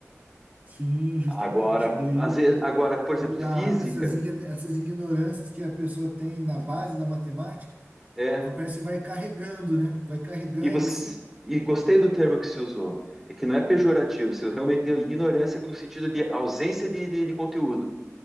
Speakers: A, on the right; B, in the centre.
A: Sim, justamente.
B: Agora,
A: Daí.
B: às vezes, agora, por
A: E
B: exemplo, física.
A: a- essas, ign- essas ignorâncias que a pessoa tem na base da matemática,
B: É,
A: vai- parece que vai carregando, né? Vai carregando
B: E você
A: assim.
B: e gostei do termo que se usou. É que não é pejorativo,
A: É.
B: se realmente é ignorância no sentido de ausência de, de, de conteúdo.